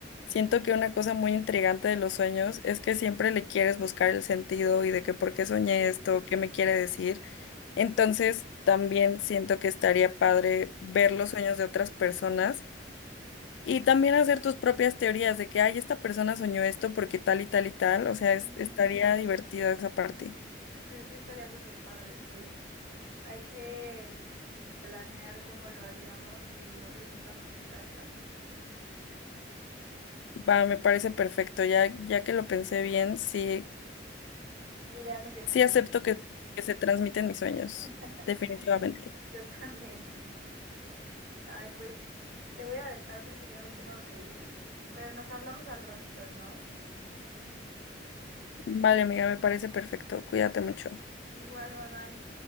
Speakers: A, on the left; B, on the right.
A: siento que una cosa muy intrigante de los sueños es que siempre le quieres buscar el sentido y de que por qué soñé
B: Sí.
A: esto, qué me quiere decir. Entonces, también siento que estaría padre ver los sueños de otras personas y también hacer tus propias teorías de que, ay, esta persona soñó esto porque tal y tal y tal. O sea, es-
B: Ujú.
A: estaría divertida esa parte.
B: Sí, sí estaría súper padre, pues hay que planear cómo lo haríamos y lo presentamos en Shark Tank.
A: Va, me parece perfecto. Ya, ya que lo pensé bien, sí,
B: Idea millonaria.
A: sí acepto que, que se transmiten mis sueños,
B: <laughs>
A: definitivamente.
B: Yo también. Ay, pues te voy a dejar porque ya me tengo que ir, pero nos hablamos al ratito, ¿no?
A: Vale, amiga, me parece perfecto. Cuídate mucho.
B: Igual, bye bye.